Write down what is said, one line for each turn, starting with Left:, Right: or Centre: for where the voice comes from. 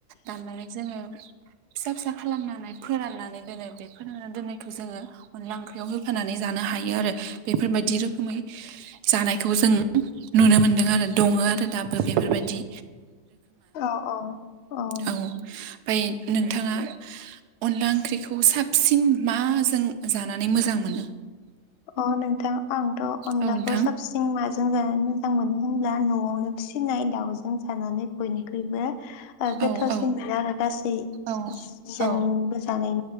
Right: दाननानै जोङो फिसा फिसा खालामनानै फोराननानै दोनो बे फोरानना दोननायखौ जोङो अनला ओंख्रियाव होफानानै जानो हायो आरो बेफोरबायदि रोखोमै जानायखौ जों नुनो मोनदों आरो दङो आरो दाब बेफोरबायदि
Left: औ औ नोंथां
Right: औ बै नोंथाङा अनला ओंख्रिखौ साबसिन माजों जानानै मोजां मोनो
Left: अ नोंथां आंथ' अनलाखौ
Right: औ नोंथां
Left: साबसिन माजों जानानै मोजां मोनो होनब्ला न'आवनो फिसिनाय दाउजों जानानै बयनिख्रुइबो ओ गोथावसिन
Right: औ औ
Left: मोनो आरो गासै
Right: औ
Left: ज जोंबो
Right: औ
Left: जानाय